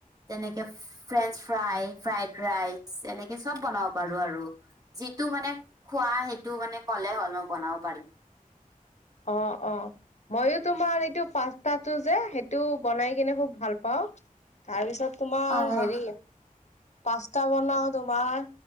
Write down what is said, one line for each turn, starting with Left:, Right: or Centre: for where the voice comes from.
Right: তেনেকে ফ্ৰেঞ্চ ফ্ৰাই ফ্ৰাইড ৰাইচ এনেকে চব বনাব পাৰো আৰু যিটো মানে খোৱা সেইটো মানে ক'লে হ'ল মই বনাব পাৰিম।
Left: অ অ মইও তোমাৰ এইটো পাস্তাটো যে সেইটো বনাই কিনে খুব ভাল পাওঁ। তাৰ পিছত তোমাৰ
Right: অ
Left: হেৰি পাস্তা বনাও তোমাৰ